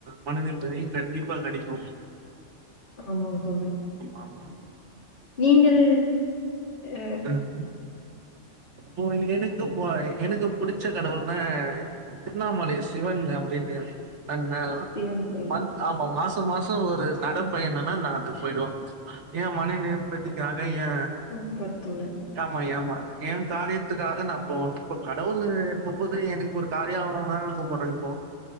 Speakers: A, on the right; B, on the left.
A: மனநிம்மதி கண்டிப்பா கெடைக்கு
B: ஆமாங்க தோழன்
A: ஆம்மா ம்மா
B: நீங்கள் அ
A: உஹ் போ ஏதுக்கு போய் எனக்கு புடிச்ச கடவுள் னா ஆஹ் திருவ்ண்ணாமலை சிவன் அப்டின்னு அண்ண
B: சிவன் கோயில்
A: மந்த் ஆம்மா மாஸ் பத்து மாச ஒரு நடம் பயணன்னா நாங்கப் போயிடுவோ ஏ மனைவி பத்தி கா கயே
B: சூப்பர் தோழன்
A: ஆம்மா ய ம ஏன் காரியத்துக்காக நா போவே இப்போ கடவுளு கும்பது எனக்கு ஒரு காரியாவாரமே கும்பிற இப்போ